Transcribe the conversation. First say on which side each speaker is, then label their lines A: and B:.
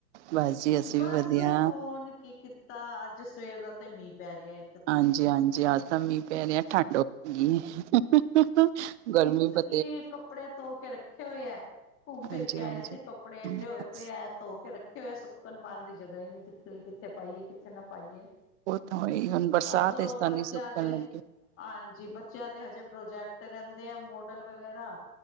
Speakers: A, on the right; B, on the left.
A: ਬਸ ਜੀ ਅਸੀਂ
B: ਬਸ
A: ਵੀ ਵਧੀਆ
B: ਫੋਨ ਕੀ ਕੀਤਾ ਅੱਜ ਸਵੇਰ ਦਾ ਤੇ ਮੀਂਹ ਪੈ ਰਿਹਾ ਏ।
A: ਹਾਂਜੀ ਹਾਂਜੀ ਅਜ ਤਾਂ ਮੀਂਹ ਪੈ ਰਿਆ ਠੰਡ ਹੋ ਗਈ ਏ ਗਰਮੀ ਬ
B: ਕੀ ਕੱਪੜੇ ਧੋ ਕੇ ਰੱਖੇ ਹੋਏ ਹੈ, ਘੁੰਮ ਫਿਰ
A: ਹਾਂਜੀ
B: ਕੇ ਆਏ
A: ਹਾਂਜੀ
B: ਸੀ ਕੱਪੜੇ ਐਡੇ
A: ਬਸ
B: ਹੋਏ ਪਏ ਹੈ ਧੋ ਕੇ ਰੱਖੇ ਹੋਏ ਸੁੱਕ ਸੁਕਣ ਪਾਨ ਦੀ ਜਗ੍ਹਾ ਹੀ ਨੀ ਦਿਖ ਰੀ ਕਿੱਥੇ ਪਾਈਏ ਕਿੱਥੇ ਨਾ ਪਾਈਏ।
A: ਉਹ ਤਾਂ ਹੋਈ ਹੁਣ ਬਰਸਾਤ
B: ਉਧਰੋਂ
A: ਇਸ ਟੇਮਸ
B: ਬੱਚਿਆਂ
A: ਨਿ ਸੁੱਕਣ
B: ਦੇ
A: ਲੱਗੇ।
B: ਹਾਂਜੀ ਬੱਚਿਆਂ ਦੇ ਹਜੇ ਪ੍ਰੋਜੈਕਟ ਰਹਿੰਦੇ ਆ ਮੋਡਲ ਵਗੈਰਾ।